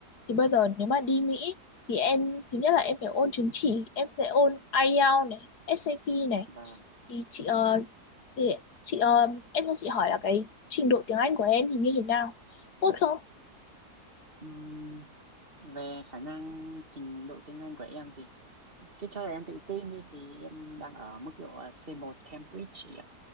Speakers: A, on the left; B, on the right.
A: thì bây giờ nếu mà đi Mỹ thì em thứ nhất là em phải ôn chứng chỉ em sẽ ôn IELTS này SAT này
B: vâng,
A: thì chị ờ,
B: vâng.
A: thì chị ờ, em cho chị hỏi là cái trình độ tiếng Anh của em thì như thế nào tốt không
B: Ừm, về khả năng trình độ tiếng Anh của em thì Cái cho là em tự tin đi thì em đang ở mức độ ờ, C1 Cambridge chị ạ.